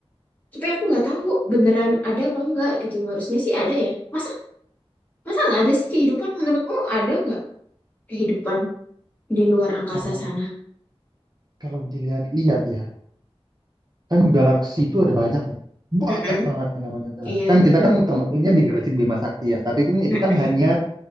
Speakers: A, on the left (about 15°); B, on the right (about 40°).
A: tapi aku nggak tahu beneran ada apa enggak gitu harusnya sih ada ya masa Masa nggak ada sih kehidupan? Menurutmu ada nggak kehidupan di luar angkasa
B: Kalau
A: sana?
B: kalau dilihat-lihat ya. Kan galaksi itu ada banyak ya. Banyak
A: Mm-mm,
B: banget yang namanya galaksi.
A: Iya,
B: Kan kita
A: iya.
B: kan termasuknya di galaksi Bima Sakti ya. Tapi kan itu
A: mm-mm,
B: kan hanya